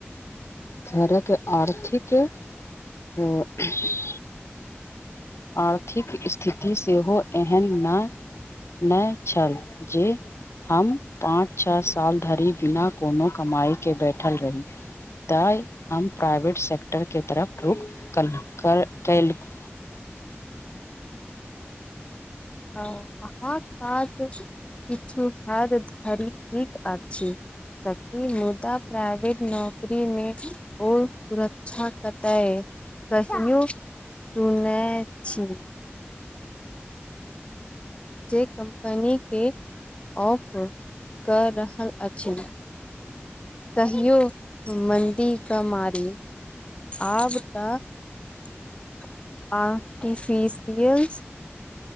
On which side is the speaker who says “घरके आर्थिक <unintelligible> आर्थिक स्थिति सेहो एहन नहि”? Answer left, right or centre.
Left